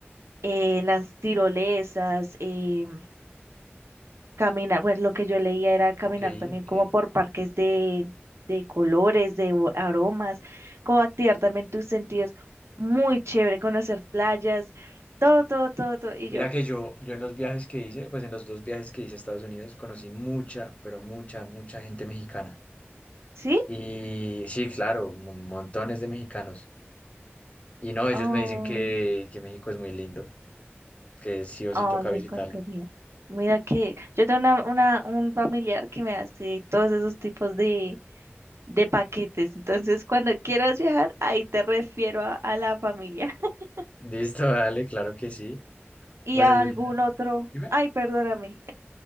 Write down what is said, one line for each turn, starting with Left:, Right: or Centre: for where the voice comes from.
Right: eh, las tirolesas, eh, Caminar, pues lo que yo leía era caminar
Left: ok,
Right: también
Left: ok.
Right: como por parques de, de colores, de o- aromas, como activar también tus sentidos. Muy chévere conocer playas, todo, todo, todo, todo. Y
Left: Mira
Right: yo,
Left: que yo, yo en los viajes que hice, pues en los dos viajes que hice a Estados Unidos, conocí mucha, pero mucha, mucha gente mexicana.
Right: ¿sí?
Left: Y sí, claro, mon- montones de mexicanos. Y no, ellos
Right: Ay,
Left: me dicen que, que México es muy lindo, que sí o
Right: ay,
Left: sí toca
Right: me
Left: visitarlo.
Right: encantaría. Mira que yo tengo una, una, un familiar que me hace todos esos tipos de, de paquetes. Entonces, cuando quieras viajar, ahí te refiero a, a la familia. <laughs>
Left: Listo, dale, claro que sí.
Right: Y
Left: Bueno,
Right: a
Left: Juliana.
Right: algún otro,
Left: Dime.
Right: ay, perdóname,